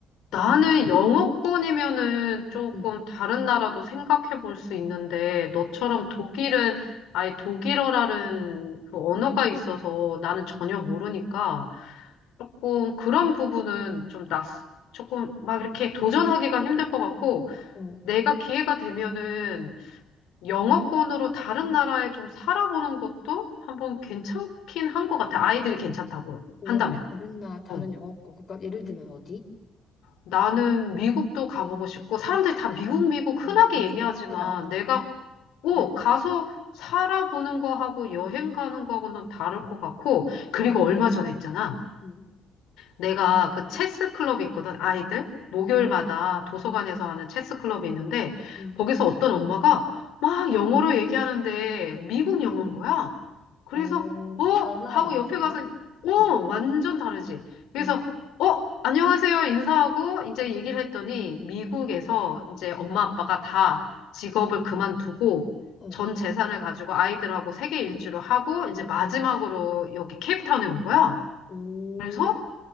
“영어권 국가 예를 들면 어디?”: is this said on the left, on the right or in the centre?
Left